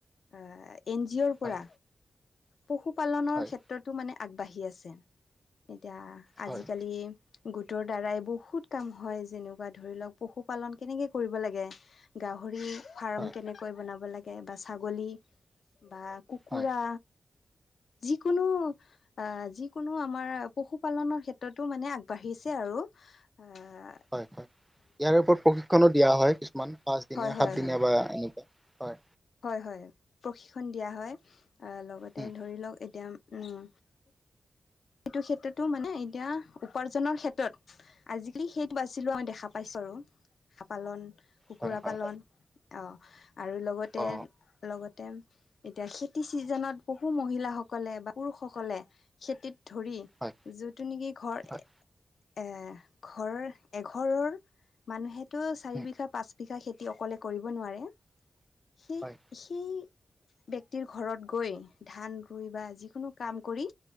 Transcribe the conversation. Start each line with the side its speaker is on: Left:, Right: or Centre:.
Left: আহ এন জি অ'ৰ পৰা
Centre: হয়
Left: পশুপালনৰ
Centre: হয়
Left: ক্ষেত্ৰতো মানে আগবাঢ়ি আছে। এতিয়া
Centre: হয়
Left: আজিকালি গোটৰ দ্বাৰাই বহুত কাম হয় যেনেকুৱা ধৰি লওক পশুপালন কেনেকৈ কৰিব লাগে। গাহৰি ফাৰ্ম
Centre: হয়
Left: কেনেকৈ বনাব লাগে? বা ছাগলী বা কুকুৰা
Centre: হয়
Left: যিকোনো আহ যিকোনো আমাৰ পশুপালনৰ ক্ষেত্ৰতো মানে আগবাঢ়িছে আৰু অহ, '
Centre: হয়, হয় ইয়াৰে ওপৰত প্ৰশিক্ষণো দিয়া হয় কিছুমান পাঁচদিনীয়া,
Left: হয় হয়
Centre: সাতদিনীয়া
Left: হয়
Centre: বা এনেকুৱা হয়
Left: হয় হয় প্ৰশিক্ষণ দিয়া হয় আহ, ' লগতে
Centre: হয়
Left: ধৰি লওক এতিয়া উম সেইটো ক্ষেত্ৰতো মানে এতিয়া উপাৰ্জনৰ ক্ষেত্ৰত আজিকালি সেইটো বাছি লোৱা আমি দেখা পাওঁ। পাইছোঁ আৰু হাঁহ পালন, কুকুৰা
Centre: হয় হয়
Left: পালন অ, ' আৰু লগত তে
Centre: অ
Left: লগতে এতিয়া খেতি ছিজনত বহু মহিলাসকলে বা পুৰুষসকলে খেতিত ধৰি
Centre: হয়
Left: জোনটো নেকি ঘৰ
Centre: হয়
Left: এ ঘৰ এঘৰৰ মানুহেতো চাৰি
Centre: উম,
Left: বিঘা পাঁচ বিঘা খেতি অকলে কৰিব নোৱাৰে সেই-
Centre: হয়
Left: সেই ব্যক্তিৰ ঘৰত গৈ ধান ৰুই বা যিকোনো কাম কৰি